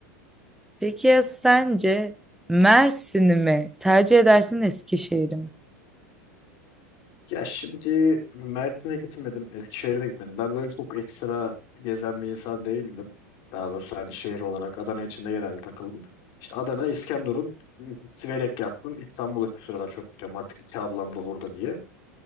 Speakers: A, in the centre; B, on the left.
A: Peki ya sence Mersin'i mi tercih edersin Eskişehir'i mi?
B: Ya şimdi Mersin'e gitmedim, Eskişehir'e de gitmedim. Ben böyle çok ekstra gezen bir insan değildim. Daha doğrusu hani şehir olarak Adana içinde genelde takıldım. İşte Adana, İskenderun, Siverek yaptım. İstanbul'a şu sıralar çok gidiyorum artık iki ablam da orada diye.